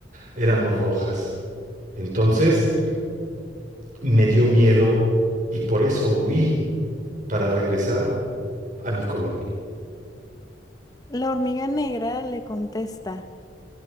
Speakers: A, on the right; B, on the left.
A: éramos rojas. Entonces me dio miedo y por eso huí para regresar a mi colonia.
B: la hormiga negra le contesta.